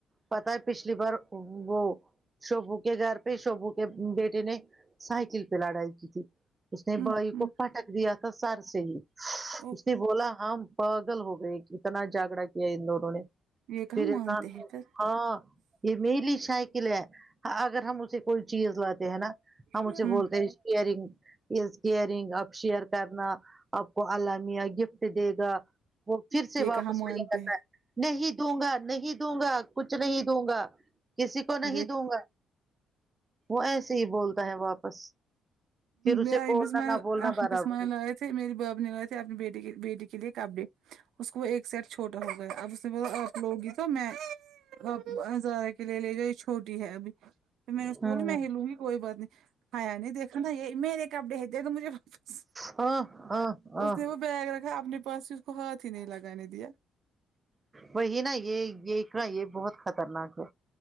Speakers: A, on the right; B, on the right.
A: پتا ہے پچھلی بار وہ شبھو کے گھر پہ شبھو کے بیٹے نے سائیکل پہ لڑائی کی تھی اس نے
B: ہمم
A: بھائی
B: ہمم
A: کو پٹک دیا تھا سر سے ہی
B: اوہو
A: اس نے بولا ہم پاگل ہوگئی کیا اتنا جھگڑا کیا ان دونوں نے
B: یہ کہاں
A: پھر اتنا
B: مانتے ہیں پھر
A: ہاں یہ میری سائیکل ہے اگر ہم اسے کوئی چیز لاتے ہیں نا ہم اسے
B: یہ
A: بولتے ہیں ایرنگ از کیئرنگ اب شیئر کرنا آپ کو االلہ میاں گفٹ دے گا وہ پھر سے واپس
B: کہاں مانتے
A: وہی کرتا
B: ہیں
A: ہے نہیں دوں گا نہیں دوں گا کچھ نہیں دوں گا کسی کو نہیں
B: دیکھ
A: دوں گا وہ ایسے ہی بولتا ہے واپس پھر اسے
B: میں
A: بولنا
B: اسماعیل
A: نہ بولنا برابر
B: اسماعیل آئے تھے میری باپ نے لائے تھے اپنی بیتی بیٹی کے لیے کپڑے اس کو وہ ایک سیٹ چھوٹا ہوگیا اب اس نے بولا اب لوگی تو میں آپ ہزارہ کے لیے لے جائے یہ چھوٹی ہے ابھی پھر میں نے
A: ہوں
B: اس کو بولا میں ہی لوں گی کوئی بات نہیں حیا دیکھنا یہ میرے کپڑے ہیں دے دو مجھے واپس
A: ہاں ہاں ہاں
B: اس نے وہ بیگ رکھا اپنے پاس ہی اس کو ہاتھ ہی نہیں لگانے دیا
A: وہی نا یہ یہ اقرا یہ بہت خطرناک ہے